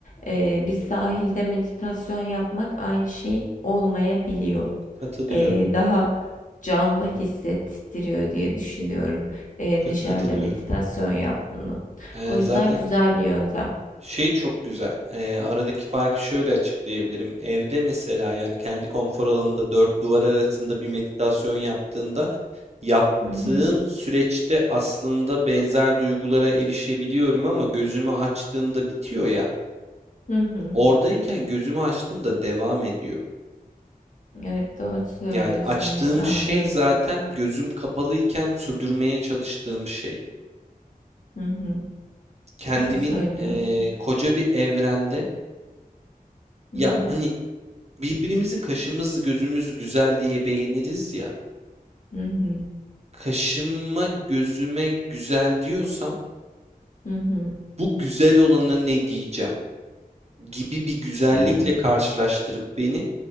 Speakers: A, on the left (about 55°); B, on the right (about 45°).
A: eee, bir sahilde meditasyon yapmak aynı şey olmayabiliyor
B: katılıyorum,
A: eee, daha canlı hissettiriyor diye düşünüyorum eee,
B: ka-
A: dışarıda
B: katılıyorum.
A: meditasyon yapmanın.
B: Ee,
A: O yüzden
B: zaten
A: güzel bir yöntem.
B: Şey çok güzel. Eee, aradaki farkı şöyle açıklayabilirim. Evde mesela yani kendi konfor alanında dört duvar arasında bir meditasyon yaptığında yaptığım
A: Hı hı.
B: süreçte aslında benzer duygulara erişebiliyorum ama gözümü açtığımda bitiyor ya.
A: Hı hı.
B: Oradayken gözümü açtığımda devam ediyor.
A: Evet doğru söylüyorsun
B: Yani açtığım
A: yani anlıyorum.
B: şey zaten gözüm kapalıyken sürdürmeye çalıştığım şey.
A: Hı hı.
B: Kendimin
A: Doğru söylüyorsun.
B: eee, koca bir evrende ya
A: Hı hı.
B: hani Birbirimizi kaşımız gözümüz güzel diye beğeniriz ya.
A: Hı hı.
B: Kaşıma gözüme güzel diyorsam
A: Hı hı.
B: bu güzel olana ne diyeceğim gibi bir güzellikle
A: Evet.
B: karşılaştırıp beni